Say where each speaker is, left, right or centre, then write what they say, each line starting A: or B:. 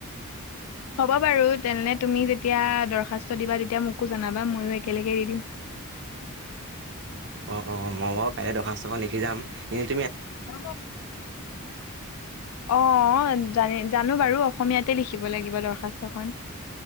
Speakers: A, on the left; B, on the right.
A: হ'ব বাৰু, তেনহলে তুমি যেতিয়া দৰ্খাস্ত দিবা তেতিয়া মোকো জনাবা ময়ো একেলগে দি দিম। <inaudible>
B: অঁ অঁ মই বাৰু কাইলে দৰ্খাস্তখন লিখি যাম। এ
A: <unintelligible> অঁ জানি জানো বাৰু অসমীয়াতে লিখিব লাগিব দৰখাস্তখন।